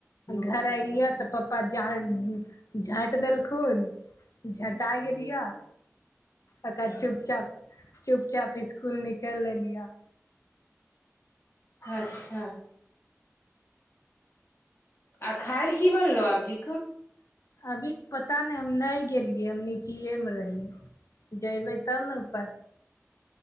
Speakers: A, on the left (about 75°); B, on the left (about 50°).
A: घर ऐलियै तऽ पप्पा झै झाँटि देलखुन झटा गेलियै ओकरा चुपचाप चुप चाप ईस्कुल निकैल लेलियए
B: अच्छा आ खायल की बनलो अभीे
A: अभी पता नहि हम नहि गेलियै हम नीचीये मे रहिै जबे तनप <unintelligible> <unintelligible>